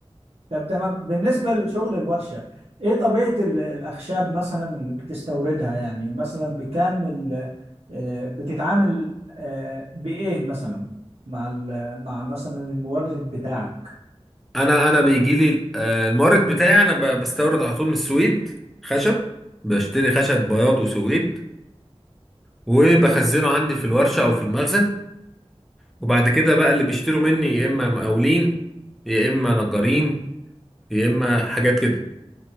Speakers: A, on the right (about 70°); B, in the centre.
A: طب تمام بالنسبة لشغل الورشة ايه طبيعة ال- الأخشاب مثلا اللي بتستوردها يعني مثلا بكام ال- آه، بتتعامل آه، بإيه مثلا مع ال- مع مثلا المورد بتاعك
B: انا انا بيجي لي آه، المورد بتاعي انا ب- بستورد على طول من السويد خشب بشتري خشب بياض وسويد وبخزنه عندي في الورشة او في المخزن وبعد كده بقى اللي بيشتروا مني يا اما مقاولين يا اما نجارين يا اما حاجات كده